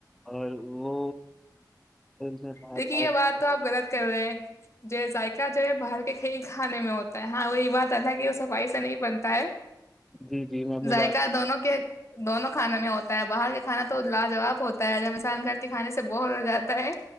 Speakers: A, in the centre; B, on the left.
A: اور وہ میں بار
B: دیکھیے یہ
A: بار
B: بات تو آپ غلط کر رہے ہیں جو ذائقہ جو ہے باہر کے ک کھانے میں ہوتا ہے ہاں وہی بات آ کہ وہ صفائی سے نہیں بن کا
A: جی جی میں اپنی
B: ذائقہ
A: بات
B: دونوں کے دونوں کھانوں میں ہوتا ہے باہر کے کھانا تو لاجواب ہوتا ہے جب انسان گھر کے کھانے سے بوور ہو جاتا ہے